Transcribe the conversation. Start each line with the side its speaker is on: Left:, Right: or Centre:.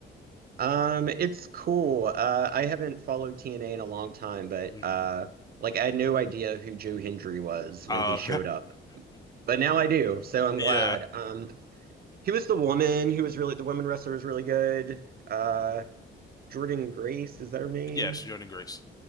Right: Um, it's cool. Uh, I haven't followed TNA in a long time, but
Left: Mhm.
Right: uh, like I had no idea who Joe Hendry was when
Left: Uh,
Right: he showed up. But now I do, so I'm
Left: <laughs>
Right: glad.
Left: yeah.
Right: Um, he was the woman who was really the woman wrestler was really good. Uh, Jordan Grace, is that her name?
Left: Yes, Jordan Grace.